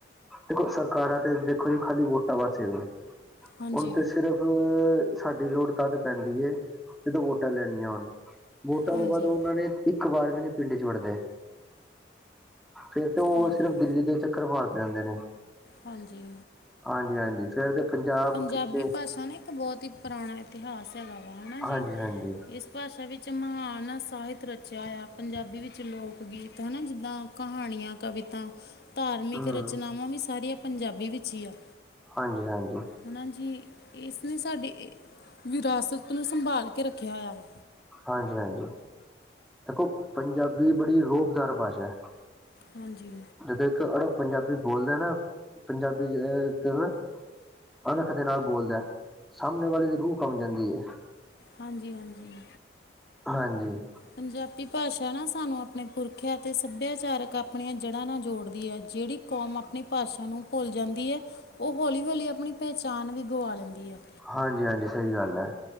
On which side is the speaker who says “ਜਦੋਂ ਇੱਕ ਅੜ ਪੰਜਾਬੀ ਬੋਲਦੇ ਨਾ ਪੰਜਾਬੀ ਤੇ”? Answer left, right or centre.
Centre